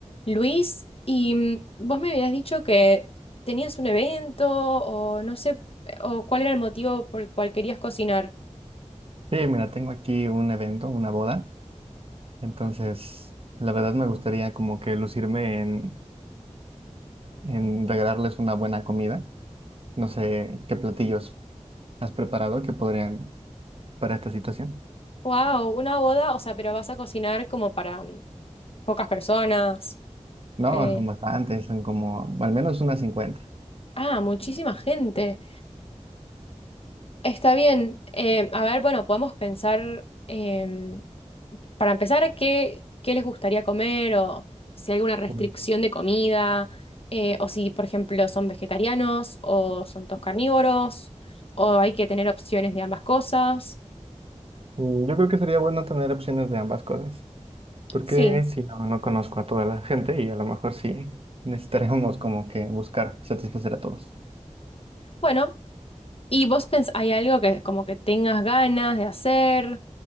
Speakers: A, on the left; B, on the right.
A: Luis, y mm, vos me habías dicho que tenías un evento o no sé, o cuál era el motivo por el cual querías cocinar.
B: Sí, mira, tengo aquí un evento, una boda, entonces la verdad me gustaría como que lucirme en, en regalarles una buena comida. No sé qué platillos has preparado que podrían para esta situación.
A: Wow, una boda, o sea, pero vas a cocinar como para mm, pocas personas.
B: No,
A: eh,
B: son bastantes, son como al menos unas 50.
A: ah, muchísima gente. Está bien. eh, a ver, bueno, podemos pensar em, Para empezar, ¿qué, qué les gustaría comer o si hay alguna restricción
B: Mm,
A: de comida eh, o si, por ejemplo, son vegetarianos o son todos carnívoros o hay que tener opciones de ambas cosas?
B: mm, Yo creo que sería bueno tener opciones de ambas cosas, porque
A: Sí.
B: si no, no conozco a toda la gente y a lo mejor sí necesitaríamos como que buscar satisfacer a todos.
A: Bueno, ¿y vos pens hay algo que como que tengas ganas de hacer,